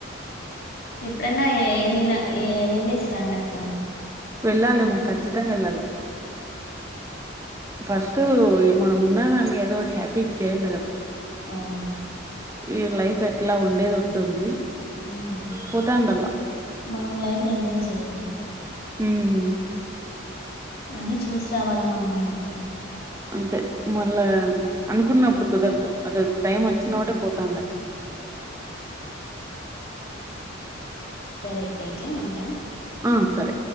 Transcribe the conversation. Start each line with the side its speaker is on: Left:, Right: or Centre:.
Left: ఎప్పుడన్నా వెళ్ళిన ఏ వెళ్ళేసి రాండక్క
Right: వెళ్ళాలేమో ఖచ్చితంగా వెళ్ళాలా ఫస్ట్ మనం ఉన్నానళ్ళ ఏదో ఒకటి హ్యాపీగా చేయాలి కదా
Left: అవునా
Right: ఈ లైఫ్ ఎట్లా ఉండేది ఉంటుంది
Left: ఉమ్
Right: పోతాండల్లా
Left: మనం లైఫ్ ఎంజాయ్ చేయాల
Right: ఉమ్మ్
Left: అన్నీ చూసి రావాలా మనం ఉన్నప్పుడే
Right: అంతే మళ్ళా అనుకున్నప్పుడు కుదరదు అద టైం వచ్చినప్పుడే పోతావుండాలి
Left: సరేక్కయితే ఉంటా
Right: ఆ సరే